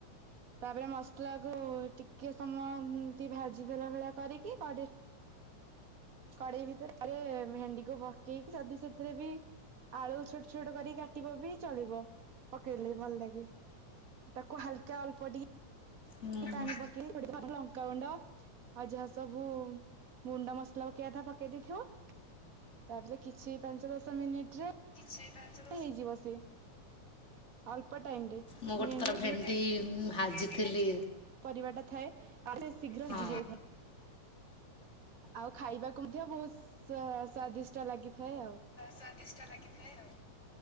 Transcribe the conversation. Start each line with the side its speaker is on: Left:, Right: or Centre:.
Right: ତାପରେ ମସଲା କୁ ଟିକେ ସମୟ ଏମତି ଭାଜି ଦେଲା ଭଳିଆ କରିକି କ କଡେଇ ଭିତରେରେ ଭେଣ୍ଡିକୁ ପକେଇକି ଯଦି ସେଥିରେ ବି ଆଳୁ ଛୋଟ ଛୋଟ କରି କାଟିବ ବି ଚଳିବ ପକେଇଲେ ଭଲ ଲାଗେ। ତାକୁ ହାଲକା ଅଳ୍ପ ଟିକେ
Left: ଉଁ
Right: ପାଣି
Left: ହୁଁ।
Right: ପକେଇ ଲଙ୍କାଗୁଣ୍ଡ ଆଉ ଯାହା ସବୁ ଗୁଣ୍ଡ ମସଲା ପକେଇବାକଥା ପକେଇ ଦେଇେଇଥିବ। ତାପରେ କିଛି ପାଞ୍ଚ ଦଶ ମିନିଟ ରେ
Left: ସେଇ ପାଞ୍ଚ
Right: ହେଇଯିବ ସିଏ ଅଳ୍ପ ଟାଇମ ରେ।
Left: ମୁଁ ଗୋଟେ
Right: ଭେଣ୍ଡିଆ
Left: ଥର ଭେଣ୍ଡି ଭାଜିଥିଲି।
Right: ପରିବା ଟା ଥାଏ ଆଉ ସେ ଶୀଘ୍ର
Left: ହଁ।
Right: ସିଜି ଯାଇଥାଏ। ଆଉ ଖାଇବାକୁ ମଧ୍ୟ ବହୁତ ସ୍ଵ ସ୍ୱାଦିଷ୍ଟ ଲାଗିଥାଏ ଆଉ।
Left: ସ୍ଵାଦିଷ୍ଟ ଲାଗିଥାଏ ଆଉ।